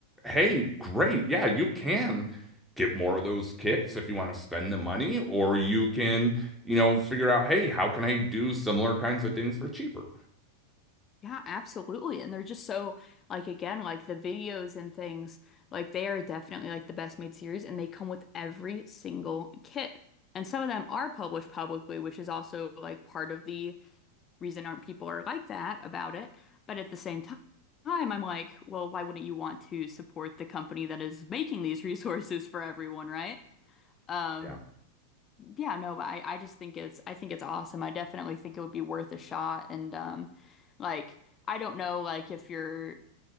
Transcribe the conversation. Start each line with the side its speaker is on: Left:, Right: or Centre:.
Centre: hey, great. Yeah, you can get more of those kits if you want to spend the money, or you can, you know, figure out, hey, how can I do similar kinds of things for cheaper?
Left: Yeah, absolutely. And they're just so like again, like the videos and things, like they are definitely like the best made series and they come with every single kit. And some of them are published publicly, which is also like part of the reason aren't people are like that about it. But at the same ti- time, I'm like, well, why wouldn't you want to support the company that is making these <laughs> resources for everyone, right? Um,
Centre: Yeah.
Left: yeah, no, but I, I just think it's I think it's awesome. I definitely think it would be worth a shot. And um like I don't know like if you're